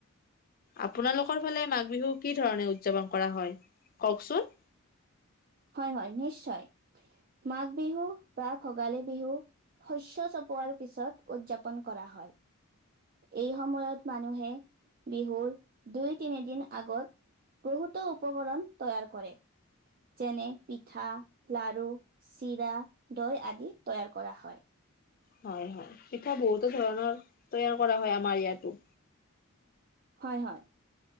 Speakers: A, on the left; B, on the right.
A: আপোনালোকৰ ফালে মাঘ বিহু কি ধৰণে উদযাপন কৰা হয় কওকচোন।
B: হয়- হয় নিশ্চয় মাঘ বিহু বা ভোগালী বিহু শস্য চপোৱাৰ পিছত উদযাপন কৰা হয়। এই সময়ত মানুহে বিহুৰ দুই, তিনিদিন আগত বহুতো উপকৰণ তৈয়াৰ কৰে। যেনে পিঠা, লাৰু, চিৰা, দৈ, আদি তৈয়াৰ কৰা হয়।
A: হয় হয় পিঠা বহুতো ধৰণৰ তৈয়াৰ কৰা হয় আমাৰ ইয়াতো।
B: হয় হয়।